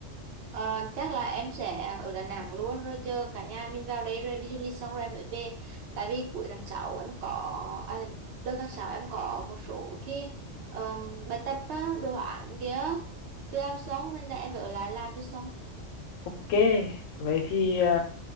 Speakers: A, on the right (about 65°); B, on the left (about 85°).
A: Ờ, chắc là em sẽ ở Đà Nẵng luôn rồi chờ cả nhà mình vào đây rồi đi du lịch xong rồi em mới về tại vì cuối tháng 6 em có à, đầu tháng 6 em có một số cái ờm, bài tập á, đồ án kia chưa làm xong nên là em phải ở lại làm cho xong
B: ok vậy thì à,